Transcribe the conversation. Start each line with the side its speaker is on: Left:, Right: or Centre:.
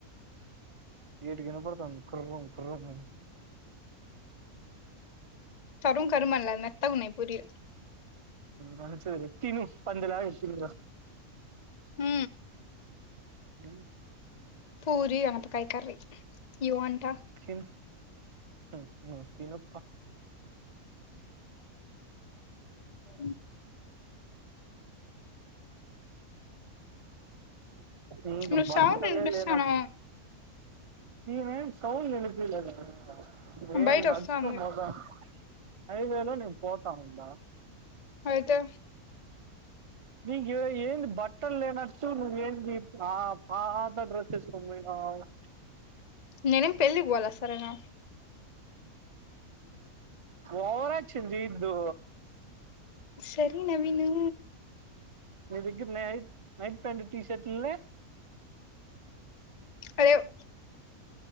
Right: ఈటికి వినపడుతుంది కుర్రం కుర్రం
Left: కరుం కరుం అనిలే మొత్తగా ఉన్నయి పూరీలు.
Right: మంచిది తిను పందిలాగా తిను ఇగా.
Left: హ్
Right: నైస్
Left: పూరి అనపకాయ కర్రీ యు వాంట్
Right: తిను హ్ నువ్వు తిను ప
Left: హుహ్
Right: ఎందుకు
Left: నువ్వు
Right: బట్టలే
Left: సౌండ్ వినిపిస్తాను
Right: లేనట్టు నీవేం సౌండ్ వినిపియలేదా, నేన్
Left: బయట
Right: నడుచుకొని
Left: వస్తాంది
Right: పోతాన్నా. హైవేలో నేను పోతాఉన్నా
Left: ఐతే
Right: నీకు ఎ ఏంది బట్టలు లేనట్టు నువ్వు ఏంది ఆ పాత డ్రెస్సెసుకొని పోయినావు. అవునా
Left: నేనేం పెళ్లికి పోలేదు సరేనా.
Right: ఓవరాక్షన్ చేయొద్దు.
Left: సరే నవీను.
Right: నీ దగ్గర నై నైట్ ప్యాంట్ టీషర్ట్లులే
Left: అ లేవు.